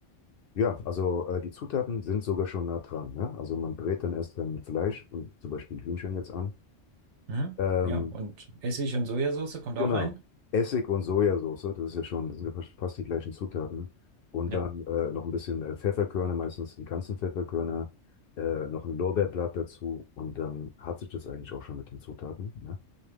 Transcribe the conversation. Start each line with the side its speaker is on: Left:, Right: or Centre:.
Left: ja, also äh, die Zutaten sind sogar schon nah dran, ne? Also man brät dann erst dann Fleisch, und zum Beispiel Hühnchen jetzt an.
Right: Mhm.
Left: Ähm,
Right: Ja. Und Essig und Sojasauce kommt
Left: Genau.
Right: auch rein.
Left: Essig und Sojasauce, das ist ja schon, das sind ja fast fast die gleichen Zutaten. Und
Right: Ja.
Left: dann äh, noch ein bisschen äh, Pfefferkörner, meistens die ganzen Pfefferkörner, äh, noch ein Lorbeerblatt dazu und dann hat sich das eigentlich auch schon mit den Zutaten. Ne?